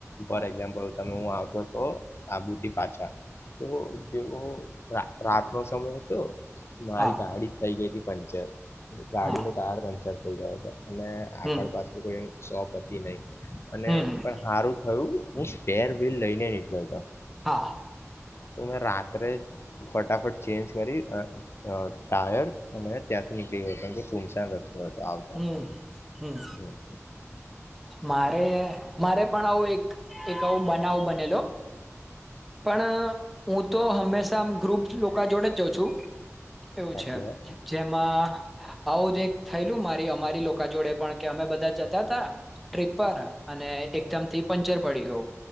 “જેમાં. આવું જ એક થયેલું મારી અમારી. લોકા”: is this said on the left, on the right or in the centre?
Centre